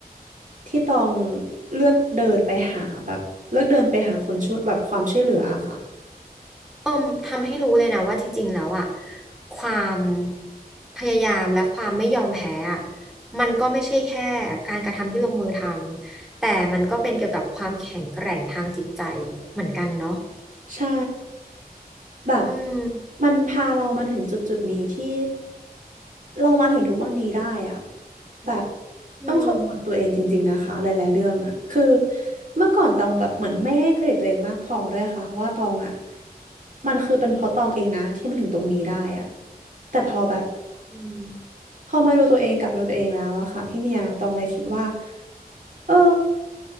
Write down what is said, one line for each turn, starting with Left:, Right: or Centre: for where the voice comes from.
Right: ที่ตองเลือกเดินไปหาแบบเลือกเดินไปหาคนช่วยแบบความช่วยเหลืออะค่ะ
Centre: เอิ่มทำให้รู้เลยนะว่าที่จริงแล้วอะความพยายามและความไม่ยอมแพ้อะมันก็ไม่ใช่แค่การกระทำที่ลงมือทำ แต่มันก็เป็นเกี่ยวกับความแข็งแกร่งทางจิตใจเหมือนกันเนาะ
Right: ใช่แบบ
Centre: อืม
Right: มันพาเรามาถึงจุดจุดนี้ที่เรามาถึงทุกวันนี้ได้อะแบบ
Centre: อืม
Right: ต้องขอบคุณตัวเองจริงๆนะคะหลายๆเรื่องอะคือเมื่อก่อนตองแบบเหมือนไม่ให้เครดิตตัวเองมากพอด้วยค่ะว่าตองอะมันคือเป็นเพราะตองเองนะที่มาถึงตรงนี้ได้อะแต่พอแบบ
Centre: อืม
Right: พอมาดูตัวเองกลับมาดูตัวเองแล้วอะค่ะพี่เมียตองเลยคิดว่า เออ